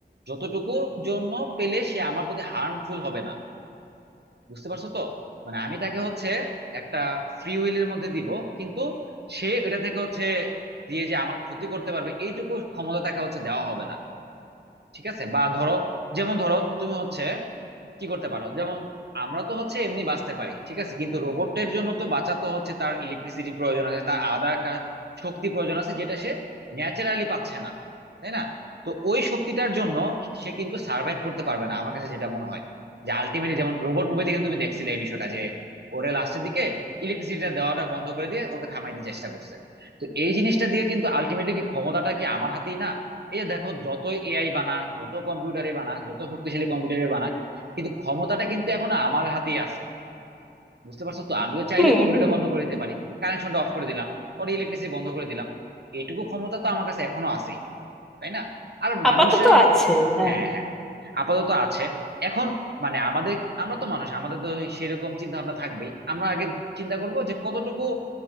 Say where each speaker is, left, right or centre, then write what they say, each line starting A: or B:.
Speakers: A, on the right (about 65°); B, in the centre.
A: যতটুকু জন্য পেলে সে আমার প্রতি হার্মফুল হবে না বুঝতে পারছো তো মানে আমি তাকে হচ্ছে একটা ফ্রি উইলের মধ্যে দিব কিন্তু সে এটা থেকে হচ্ছে দিয়ে যে আমার ক্ষতি করতে পারবে এইটুকু ক্ষমতা তাকে হচ্ছে দেওয়া হবে না ঠিক আছে বা ধরো যেমন ধরো তুমি হচ্ছে কি করতে পারো যেমন আমরা তো হচ্ছে এমনি বাঁচতে পারি ঠিক আছে কিন্তু রোবটের জন্য তো বাঁচা তো হচ্ছে তার ইলেকট্রিসিটি প্রয়োজন আছে তার আলাদা একটা শক্তি প্রয়োজন আছে যেটা সে ন্যাচারালি পাচ্ছে না তাই না তো ওই শক্তিটার জন্য সে কিন্তু সার্ভাইভ করতে পারবে না আমার কাছে যেটা মনে হয় যে আলটিমেটলি যেমন রোবট মুভিতে কিন্তু তুমি দেখছিলে এই বিষয়টা যে ওরে লাস্টের দিকে ইলেকট্রিসিটিটা দেওয়াটা বন্ধ করে দিয়ে ওকে থামাইতে চেষ্টা করছে তো এই জিনিসটা দিয়ে কিন্তু আলটিমেটলি কি ক্ষমতাটা কি আমার হাতেই না এই যে দেখো যতই এআই বানা যত কম্পিউটারে বানা যত শক্তিশালী কম্পিউটারে বানা কিন্তু ক্ষমতাটা কিন্তু এখন আমার হাতেই আছে বুঝতে পারছো তো আমিও চাইলে
B: হুম
A: কম্পিউটারটা
B: হুম
A: বন্ধ করে দিতে পারি কানেকশনটা অফ করে দিলাম ওর ইলেকট্রিসিটি বন্ধ করে দিলাম এইটুকু ক্ষমতা তো আমার কাছে এখনো আছেই তাই না আর মানুষে
B: আপাতত
A: আম-
B: আছে হ্যাঁ
A: হ্যাঁ হ্যাঁ আপাতত আছে এখন মানে আমাদের আমরা তো মানুষ আমাদের তো সেরকম চিন্তা ভাবনা থাকবেই আমরা আগে চিন্তা করবো যে কতটুকু